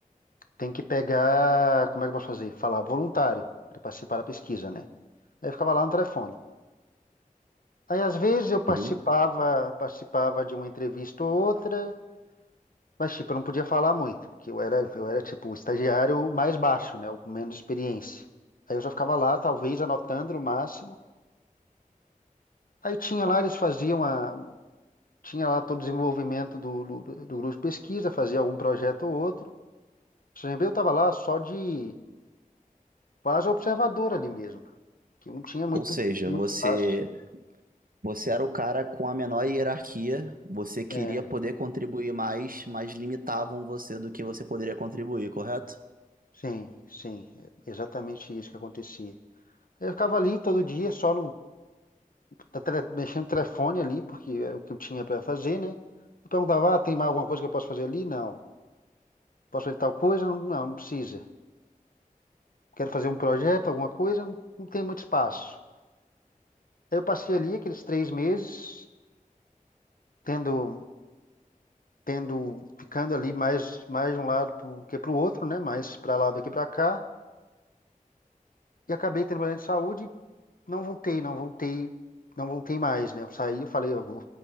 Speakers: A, on the left; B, on the right.
A: tem que pegar, como é que eu posso fazer? Falar voluntário para participar da pesquisa, né? Aí eu ficava lá no telefone. Aí às vezes eu participava,
B: Uhum.
A: participava de uma entrevista ou outra, mas tipo, eu não podia falar muito, porque eu era, eu era tipo o estagiário mais baixo, né? O com menos experiência. Aí eu só ficava lá, talvez anotando no máximo. Aí tinha lá, eles faziam uma, tinha lá todo o desenvolvimento do, do, do grupo de pesquisa, fazia algum projeto ou outro. O CNB eu estava lá só de quase observador ali mesmo, que eu não tinha muito,
B: Ou seja,
A: muito
B: você
A: espaço.
B: você era o cara com a menor hierarquia, você queria
A: É,
B: poder contribuir mais, mas limitavam você do que você poderia contribuir, correto?
A: sim, sim, é exatamente isso que acontecia. Eu ficava ali todo dia, só no, na tele- mexendo no telefone ali, porque era o que eu tinha para fazer, né? Eu perguntava, ah, tem mais alguma coisa que eu posso fazer ali? Não. Posso fazer tal coisa? Não, não, não precisa. Quero fazer um projeto, alguma coisa? Não, não tem muito espaço. Aí eu passei ali aqueles três meses, tendo, tendo, ficando ali mais, mais de um lado pro, que para o outro, né? Mais para lá do que para cá. E acabei tendo problema de saúde e não voltei, não voltei, não voltei mais, né? Eu saí, eu falei, ó, vou,